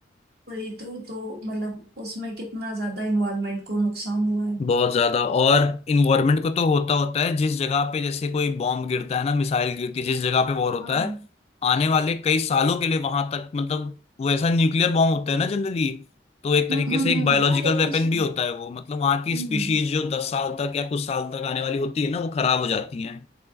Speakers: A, on the right; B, on the left.
A: वही तो तो मतलब उसमें कितना ज्यादा इन्वायरमेंट को नुकसान हुआ है
B: बहुत ज्यादा और इन्वायरमेंट को तो होता होता है जिस जगह पे जैसे कोई बॉम्ब गिरता है ना मिसाइल गिरती है जिस जगह पे वॉर होता
A: हाँ हम्म
B: है आने वाले कई सालों के लिए वहां तक मतलब वो ऐसा न्यूक्लियर बॉम्ब होता है ना जनरली तो एक
A: हम्म
B: तरीके
A: हम्म
B: से एक
A: हम्म
B: बायोलॉजिकल
A: हाँ रेडिएशन
B: वेपन भी होता है वो मतलब वहां की
A: हम्म,
B: स्पीशीज जो दस साल तक या कुछ साल तक आने वाली होती है ना वो खराब हो जाती हैं